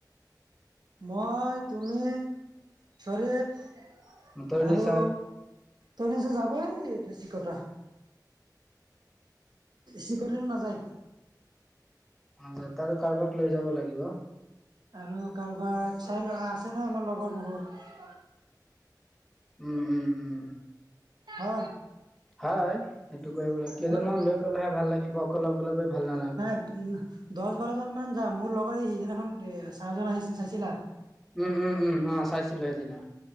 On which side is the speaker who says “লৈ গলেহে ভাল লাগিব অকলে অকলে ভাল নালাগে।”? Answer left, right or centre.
Centre